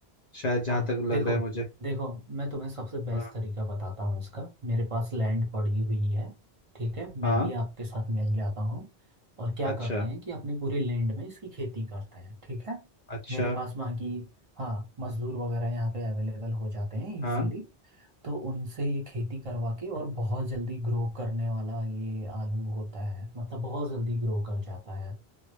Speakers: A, on the left; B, on the right.
A: शायद जहाँ
B: हाँ
A: तक लग
B: देखो
A: रहा है मुझे
B: देखो मैं तुम्हें सबसे बेस्ट
A: हाँ
B: तरीका बताता हूँ इसका मेरे पास लैंड पड़ी हुई है ठीक है मैं
A: हाँ
B: भी आपके साथ मिल जाता हूँ और क्या
A: अच्छा
B: करते हैं कि अपनी पूरी लैंड में इसकी खेती करते हैं ठीक है
A: अच्छा
B: मेरे पास वहाँ की हाँ मजदूर वगैरह यहाँ पे अवेलेबल हो जाते हैं
A: हाँ
B: इजीली तो उनसे ये खेती करवा के और बहुत जल्दी ग्रो करने वाला ये आलू होता है मतलब बहुत जल्दी ग्रो कर जाता है